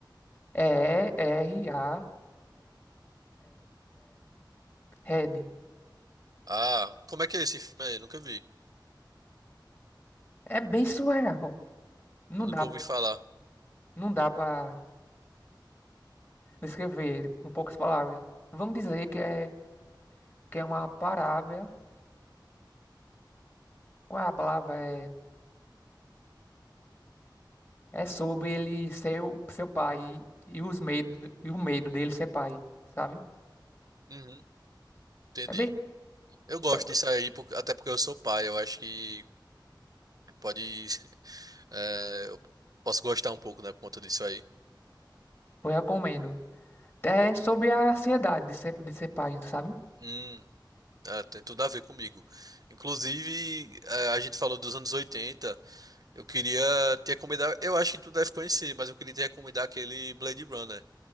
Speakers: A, on the left; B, on the right.
A: E-R-A-S-E-R, Red.
B: Ah, como é que é esse filme aí? Nunca vi.
A: É bem surreal. Não
B: Eu nunca
A: dá,
B: ouvi falar.
A: não dá para descrever com poucas palavras. Vamos dizer que é, que é uma parábola. Qual é a palavra? É, é sobre ele ser o, seu pai e, e os medo, e o medo dele ser pai, sabe?
B: Uhum, entendi.
A: É bem.
B: Eu gosto
A: só-
B: disso aí, por- até porque eu sou pai. Eu acho que pode. <laughs> eh, eu posso gostar um pouco, né, por conta disso aí.
A: Eu recomendo. É sobre a ansiedade de ser, de ser pai, sabe?
B: Hum, é, tem tudo a ver comigo. Inclusive, eh, a gente falou dos anos 80. Eu queria te recomendar. Eu acho que tu deve conhecer, mas eu queria te recomendar aquele Blade Runner.